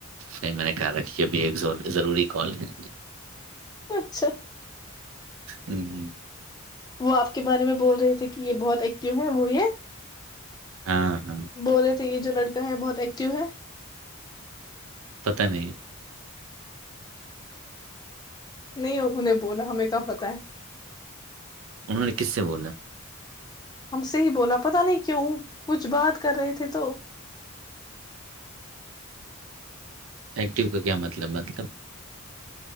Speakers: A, on the right (about 65°); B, on the left (about 20°).
A: نہیں میں نے کہا رکھیے ابھی ایک ضروری کال ہے
B: اچھا
A: ہمم
B: وہ آپ کے بارے میں بول رہے تھے کہ یہ بہت ایکٹیو ہیں وہ یہ
A: ہاں ہاں
B: بول رہے تھے یہ جو لڑکا ہے بہت ایکٹو ہے
A: پتا نہیں
B: نہیں انہوں نے بولا ہمیں کہا پتا ہے
A: انہوں نے کس سے بولا
B: ہم سے ہی بولا پتا نہیں کیوں کچھ بات کر رہے تھے تو
A: ایکٹو کا کیا مطلب مطلب